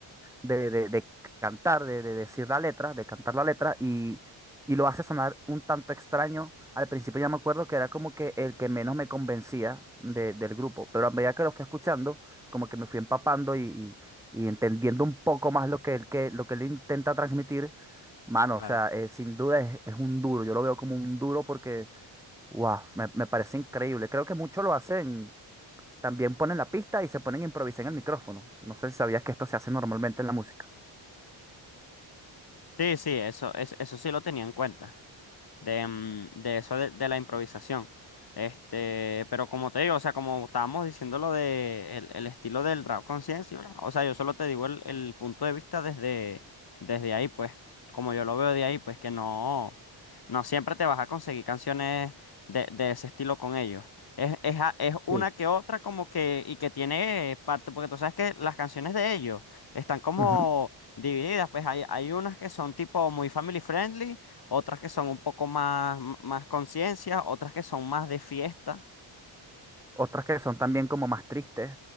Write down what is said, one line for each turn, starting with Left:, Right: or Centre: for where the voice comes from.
Centre: de, de- de cantar, de, de decir la letra, de cantar la letra y, y lo hace sonar un tanto extraño. Al principio ya me acuerdo que era como que el que menos me convencía de- del grupo, pero a medida que lo fui escuchando, como que me fui empapando y, y- y entendiendo un poco más lo que él, que, lo que él intenta transmitir, mano,
Left: claro.
Centre: o sea, eh, sin duda es, es un duro, yo lo veo como un duro porque, wow, me, me parece increíble. Creo que muchos lo hacen, también ponen la pista y se ponen a improvisar en el micrófono. No sé si sabías que esto se hace normalmente en la música.
Left: Sí, sí, eso, es- eso sí lo tenía en cuenta de, mm, de eso de, de la improvisación. Este, pero como te digo, o sea, como estábamos diciendo lo de el, el estilo del rap conciencia, ¿verdad? o sea, yo solo te digo el, el punto de vista desde, desde ahí, pues, como yo lo veo de ahí, pues que no, no siempre te vas a conseguir canciones de, de ese estilo con ellos. Es, es, a- es una
Centre: Sí.
Left: que otra como que, y que tiene parte, porque tú sabes que las canciones de ellos están como
Centre: ujú.
Left: divididas, pues hay, hay unas que son tipo muy family friendly otras que son un poco más, más conciencia, otras que son más de fiesta.
Centre: Otras que son también como más tristes,